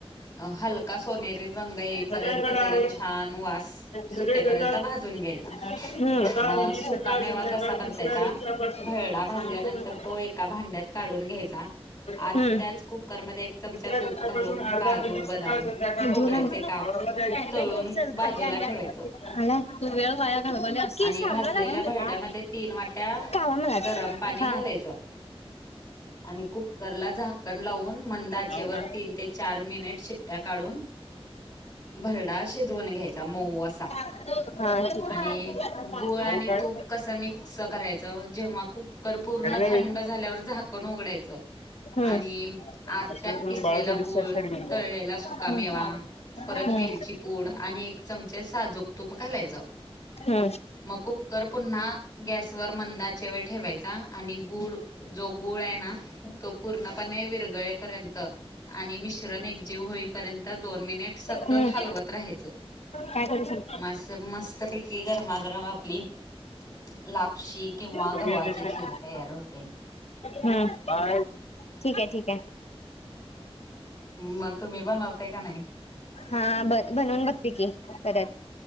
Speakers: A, on the left; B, on the left.
A: अ हालका सोनेरी रंग येईपर्यंत
B: सगळ्यांकडे
A: त्याला
B: आहे
A: छान वास
B: सगळे
A: टे पर्यंत
B: देतात
A: भाजून घ्यायचा.
B: आता
A: म
B: हिने
A: अ सुक्का
B: सकाळ
A: मेवा
B: संध्याकाळ
A: कसा परतायचा,
B: दुसऱ्या दिवसापासून
A: भरडा भाजल्यानंतर
B: सांगितलेलं
A: तो एका भांड्यात काढून घ्यायचा. आत
B: हम्म.
A: त्याच कुकरमध्ये चमचा
B: तिसऱ्या
A: तूप
B: दिवसा
A: घालून
B: पासून आर्धा
A: काजू,
B: मिली
A: बदाम,
B: सकाळ संध्याकाळ
A: खोबऱ्याचे
B: बाळाला
A: काप
B: द्यायच.
A: तळून
B: चल
A: बाजूला
B: खाली आणल्यात.
A: ठेवायचं
B: आलात. तू वेळ वाया घालवायल्यास. तू बग
A: आणि
B: की सांगाय
A: भाजलेल्या
B: लागल्या
A: भरड्यामध्ये
B: तुला.
A: तीन वाट्या
B: कावा मलाच.
A: गरम पाणी
B: हा
A: घालायच आणि कुक करला झाकण लावून, मंद आचेवर
B: नाव काय
A: वर तीन ते चार मिनिट शिट्ट्या काढून. भरडा शिजवून घ्यायचा मऊ असा.
B: हा तिथं
A: आणि
B: <unintelligible>
A: गोळ आणि
B: हो काय.
A: तूप कसं मिक्स करायचं जेव्हा कुक कर पूर्ण
B: घरी नाही
A: थंड
B: येईल
A: झाल्यावर झाकण उघडायचं
B: हम्म.
A: आणि आत
B: दुसऱ्या
A: त्यात
B: कडून
A: किसलेला
B: बाळाचा डिस्चार्ज
A: गूळ,
B: साठी घेऊन जाऊ.
A: तळलेला सुका
B: हम्म.
A: मेवा, परत
B: हम्म.
A: वेलची पूड आणि एक चमचे साजूक तूप घालायचं.
B: ह्म.
A: म कुक्कर पुंन्हा गॅसवर मंद आ चे वर ठेवायचा. आणि गुळ, जो गुळयै ना तो पूर्णपणे विरघळेपर्यंत आणि मिश्रण एकजीव होईपर्यं त, दोन मिनिट सततं
B: हम्म.
A: हालवत राहायचं.
B: काय करू सांग.
A: मस्त मस्तपैकी गरमागरम आपली लापशी किंवा
B: हम्म्
A: गव्हाची खीर तयार
B: <unintelligible>
A: होते.
B: हम्म्. बाय. ठीके ठीके.
A: म तुम्ही बनवताय का नाही.
B: हा बग बनवून बघते की, परत.